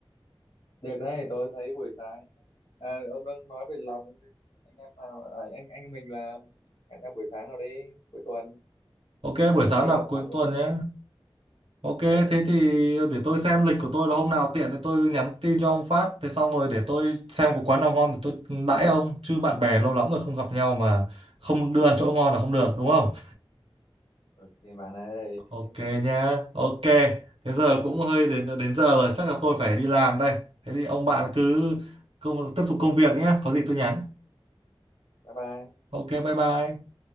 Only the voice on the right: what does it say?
ok
buổi sáng
nào
cuối tuần
nhé Ok,
thế thì để tôi xem lịch của tôi là hôm nào tiện thì tôi nhắn tin cho ông phát. Thế xong rồi để tôi xem có quán nào ngon thì tôi đãi ông. Chứ bạn bè lâu lắm rồi không gặp nhau mà không đưa ăn chỗ ngon là không được đúng không?
Ok
nha, ok. Thế giờ cũng hơi đến đến giờ rồi, chắc là tôi phải đi làm đây. Thế thì ông bạn cứ công, tiếp tục công việc nhé, có gì tôi nhắn.
Ok, bye bye.